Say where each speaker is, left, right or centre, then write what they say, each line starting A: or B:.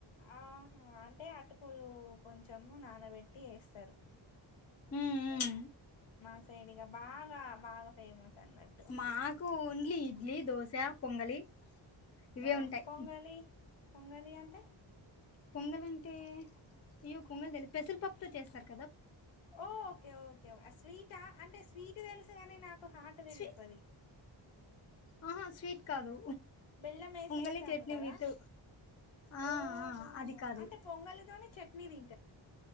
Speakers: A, on the left (about 70°); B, on the left (about 35°).
A: ఆహా అంటే అటుకులు కొంచము నానబెట్టి ఏస్తరు.
B: హ్మ్
A: మాసైడిగా బాగా బాగా ఫేమస్ అన్నట్టు
B: మాకు ఓన్లీ, ఇడ్లీ, దోశ పొంగలి ఇవే
A: ఓ
B: ఉంటయి.
A: పొంగలి పొంగలి అంటే
B: పొంగల్ అంటే అయ్యో పొంగలు తెలిదు, పెసలు పప్పుతో చేస్తరు.
A: ఓ ఓకే ఓకే స్వీటా, అంటే స్వీ స్వీట్ తెలుసుగనని నాక్ కు హటు తెలువది
B: స్వీ ఆహా స్వీట్ కాదు
A: బెల్లం ఏసి
B: పొంగలి
A: చేస్తాం
B: చట్నీ
A: గదా!
B: విత్, ఆ
A: ఓహో!
B: అది కాదు.
A: అంటే పొంగలితోని చట్నీ తింట